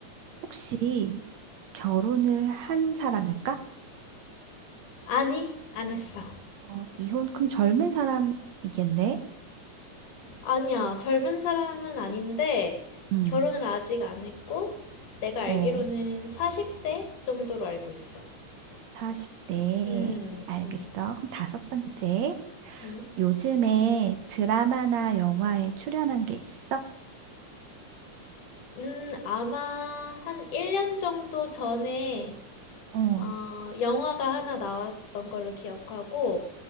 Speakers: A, on the right; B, on the left.
A: 혹시 결혼을 한 사람일까?
B: 아니, 안 했어.
A: 어, 미혼, 그럼 젊은 사람이겠네?
B: 아니야, 젊은 사람은 아닌데,
A: 응.
B: 결혼을 아직 안 했고, 내가 알기로는
A: 어,
B: 40대 정도로 알고 있어.
A: 40대.
B: 음,
A: 알겠어.
B: 음,
A: 그럼 다섯 번째.
B: 음.
A: 요즘에 드라마나 영화에 출연한 게 있어?
B: 음, 아마 한 1년 정도 전에
A: 어,
B: 어, 영화가 하나 나왔던 걸로 기억하고